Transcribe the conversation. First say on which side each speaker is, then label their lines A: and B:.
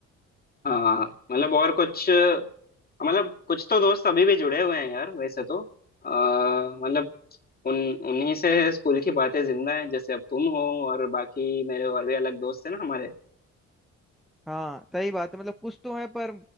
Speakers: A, on the left (about 30°); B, in the centre.
A: हाँ मतलब और कुछ मतलब कुछ तो दोस्त अभी भी जुड़े हुए हैं यार वैसे तो आ, मतलब उन उन्हीं से स्कूल की बातें जिंदा हैं जैसे अब तुम हो और बाकी मेरे और भी अलग दोस्त हैं ना हमारे
B: हाँ सही बात है मतलब कुछ तो है पर